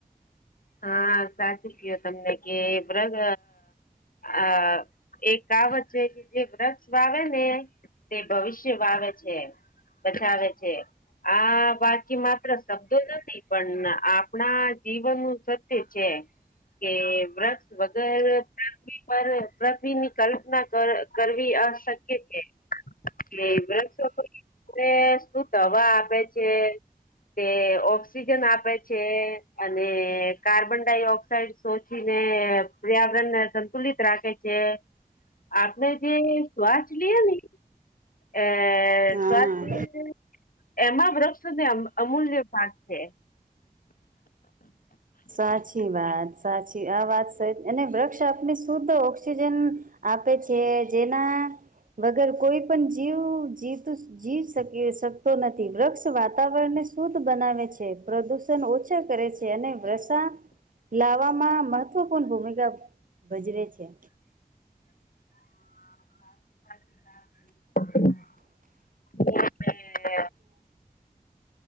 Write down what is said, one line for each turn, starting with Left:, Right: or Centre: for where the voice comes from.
Left: હા સાચુ ક્યો તમને કે વૃગગ. આ એકાવત છે કે જે વૃક્ષ વાવે ને. તે ભવિષ્ય વાવે છે, બચાવે છે. આ બાકી માત્ર શબ્દો નથી પણ આપણા જીવનનું. સત્ય છે કે વૃક્ષ વગર પ્રાક. પૃથ્વીની કલ્પના કરવી અશક્ય છે. કે વૃક્ષો <inaudible> તમને શુદ્ધ હવા આપે છે. તે ઓક્સિજન આપે છે અને. કાર્બન ડાયોક્સાઇડ શોચી ને પર્યાવરણ ને સંતુલિત રાખે છે. આપણે જે શ્વાસ લીએ ને એ સ્
Right: હા
Left: શ્વાસ <unintelligible> એમાં વૃક્ષોને અમૂલ્ય ભાગ છે.
Right: સાચી વાત સાચી આ વાત અને વૃક્ષ આપને શુદ્ધ ઓક્સિજન. આપે છે જેના વગર કોઈ પણ જીવ જીવતું જીવ શકી શકતો નથી વૃક્ષ વાતાવરણને શુદ્ધ બનાવે છે, પ્રદુષ ન ઓછા કરે છે અને વૃશ લાવવામાં મહત્વપૂર્ણ ભૂમિકા ભજવે છે.
Left: <inaudible> <inaudible>